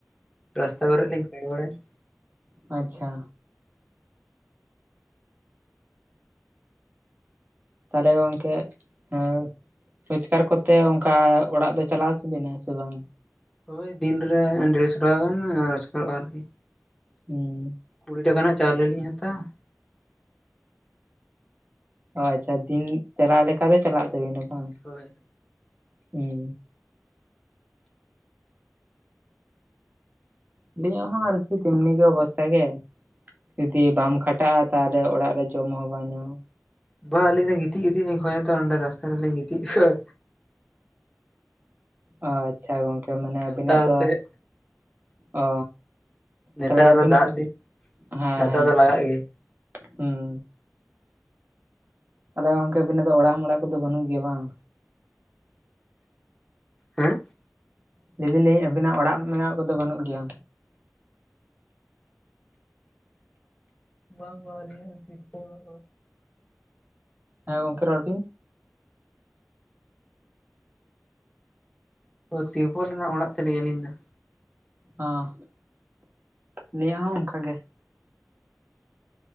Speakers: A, in the centre; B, on the right.
A: ᱨᱟᱥᱛᱟ ᱠᱚᱨᱮᱹ ᱞᱤᱧ ᱠᱟᱹᱢᱤ ᱵᱟᱹᱲᱟᱭᱟ᱾
B: ᱟᱪᱷᱟ᱾ ᱛᱟᱦᱚᱸᱞᱮ ᱜᱚᱝᱹᱠᱮ ᱦᱮᱸ ᱨᱳᱡᱜᱟᱨ ᱠᱚᱛᱮ ᱚᱝᱠᱟ ᱚᱲᱟᱼᱜ ᱫᱚ ᱪᱟᱞᱟᱹᱣ ᱚᱪᱚᱸᱵᱤᱱᱟ ᱥᱮ ᱵᱟᱝ?
A: ᱦᱳᱭᱸ ᱫᱤᱱᱹᱨᱮ ᱰᱮᱲᱥᱚ ᱴᱟᱠᱟᱹ ᱜᱟᱱ ᱨᱳᱡᱽᱜᱟᱨᱚᱜᱼᱟ ᱟᱨᱠᱤ᱾
B: ᱦᱩᱸ᱾
A: ᱠᱩᱲᱤ ᱴᱟᱠᱟ ᱨᱮᱱᱟᱜ ᱪᱟᱣᱞᱮ ᱞᱤᱧ ᱦᱟᱛᱟᱣᱟ
B: ᱚ ᱟᱪᱷᱟ ᱫᱤᱱ ᱪᱟᱞᱟᱹᱣ ᱞᱮᱠᱟ ᱫᱚ ᱪᱟᱞᱟᱼᱜ ᱛᱟᱵᱤᱱᱟ ᱵᱟᱝ
A: ᱦᱳᱭ
B: ᱦᱩᱸ᱾ ᱟᱸᱞᱤᱧᱟᱜ ᱦᱚᱸ ᱟᱨᱹᱠᱤ ᱛᱮᱢᱱᱤ ᱜᱮ ᱚᱵᱚᱥᱛᱟ ᱜᱮ, ᱡᱩᱫᱤ ᱵᱟᱢ ᱠᱷᱟᱴᱟᱜᱼᱟ ᱛᱟᱦᱚᱸᱞᱮ ᱚᱲᱟᱜ ᱨᱮ ᱡᱚᱢ ᱦᱚᱸ ᱵᱟᱝᱢ ᱧᱟᱢᱟ᱾
A: ᱵᱟ ᱟᱹᱞᱤᱧ ᱫᱚ ᱜᱤᱛᱤᱡ ᱜᱤᱛᱤᱡ ᱞᱤᱧ ᱠᱷᱚᱭ ᱟᱛᱚ ᱚᱸᱰᱮ ᱨᱟᱥᱛᱟ ᱨᱮᱹᱞᱤᱧ ᱜᱤᱛᱤᱡ ᱠᱚᱣᱟ᱾
B: ᱚ ᱟᱪᱪᱷᱟ ᱜᱚᱝᱠᱮ ᱢᱟᱱᱮ
A: ᱪᱷᱟᱛᱟ
B: ᱟᱵᱤᱱᱟᱜ
A: ᱟᱛᱮᱫ
B: ᱫᱚ ᱚ
A: ᱱᱮᱛᱟᱨ
B: ᱛᱟᱦᱞᱮ
A: ᱟᱨᱚ
B: ᱟᱹᱵᱤᱱᱟᱜ
A: ᱫᱟᱜ ᱫᱤᱱ
B: ᱦᱮᱸ
A: ᱪᱷᱟᱛᱟ
B: ᱦᱮᱸ
A: ᱫᱚ ᱞᱟᱜᱟᱜ ᱜᱮᱭᱟ
B: ᱦᱩᱸ᱾ ᱛᱟᱦᱞᱮ ᱜᱚᱝᱠᱮ ᱟᱵᱤᱱᱟᱜ ᱫᱚ ᱚᱲᱟᱜ ᱢᱲᱟᱜ ᱠᱚᱫᱚ ᱵᱟᱹᱱᱩᱜ ᱜᱮᱹᱭᱟ ᱵᱟᱝ?
A: ᱦᱮᱸ
B: ᱞᱟᱹᱭ ᱫᱟᱞᱤᱧ ᱟᱵᱤᱱᱟᱜ ᱚᱲᱟᱜ ᱢᱮᱱᱟᱜ ᱠᱚᱫᱚ ᱵᱟᱱᱩᱜ ᱜᱮᱭᱟ?
A: ᱵᱟᱝ ᱵᱟᱝ ᱟᱞᱤᱧᱟᱜ ᱥᱮᱨᱚᱠᱚᱢ ᱚᱲᱟᱜ
B: ᱦᱮᱸ ᱜᱚᱝᱠᱮ ᱨᱚᱲ ᱵᱤᱱ᱾
A: ᱛᱤᱨᱯᱚᱞ ᱨᱮᱹᱱᱟᱜ ᱚᱲᱟᱜ ᱛᱟᱞᱤᱧ ᱟᱹᱞᱤᱧ ᱫᱚ᱾
B: ᱦᱟᱸ ᱟᱞᱤᱧᱟᱜ ᱦᱚᱸ ᱚᱝᱠᱟ ᱜᱮ᱾